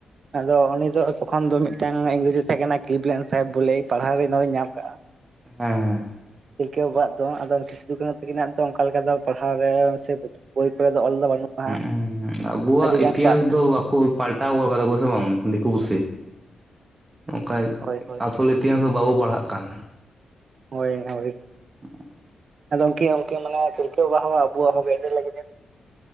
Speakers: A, on the right; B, on the right.
A: ᱟᱫᱚ ᱩᱱᱤ ᱫᱚ ᱛᱚᱠᱷᱚᱱ ᱫᱚ ᱢᱤᱫᱴᱮᱱ ᱤᱝᱨᱮᱡ ᱮ ᱛᱟᱦᱮᱸ ᱠᱟᱱᱟ ᱠᱤᱞᱤᱯᱞᱮᱱ ᱥᱟᱦᱮᱵᱽ ᱵᱚᱞᱮ ᱯᱟᱲᱦᱟᱣ ᱨᱮ ᱱᱚᱣᱟ ᱫᱚᱧ ᱧᱟᱢ ᱠᱟᱜᱼᱟ᱾
B: ᱦᱮᱸ ᱦᱮᱸ
A: ᱛᱤᱞᱠᱟᱹᱣ ᱵᱟᱟᱜ ᱫᱚ ᱟᱫᱚ ᱥᱤᱫᱷᱩ - ᱠᱟᱹᱱᱩ ᱛᱟᱹᱠᱤᱱᱟᱜ ᱫᱚ ᱚᱱᱠᱟ ᱞᱮᱠᱟ ᱫᱚ ᱯᱟᱲᱦᱟᱣ ᱨᱮ ᱥᱮ ᱵᱳᱭ ᱠᱚᱨᱮ ᱚᱞ ᱫᱚ ᱵᱟᱹᱱᱩᱜᱼᱟ᱾
B: ᱦᱮᱸ ᱟᱵᱚᱣᱟᱜ
A: ᱟᱹᱰᱤ ᱜᱟᱱ
B: ᱤᱛᱤᱦᱟᱸᱥ
A: ᱠᱚ ᱟᱫ
B: ᱫᱚ ᱵᱟᱠᱚ ᱯᱟᱞᱴᱟᱣ ᱜᱚᱜ ᱠᱟᱫᱟ ᱠᱚ ᱥᱮ ᱵᱟᱝ ᱫᱤᱠᱩ
A: ᱠᱟᱱᱟ
B: ᱯᱩᱥᱤ ᱚᱱᱠᱟ
A: ᱦᱳᱭ ᱦᱳᱭ
B: ᱟᱥᱚᱞ ᱤᱛᱤᱦᱟᱸᱟᱥ ᱫᱚ ᱵᱟᱵᱚ ᱯᱟᱲᱦᱟᱜ ᱠᱟᱱ᱾
A: ᱦᱳᱭ ᱦᱳᱭ
B: <unintelligible>
A: ᱟᱫᱚ ᱩᱱᱠᱤᱱ ᱢᱟᱱᱮ ᱛᱤᱞᱠᱟᱹ ᱵᱟᱵᱟ ᱦᱚᱸ ᱟᱵᱚᱣᱟᱜ ᱦᱚᱸ ᱞᱟᱹᱜᱤᱫ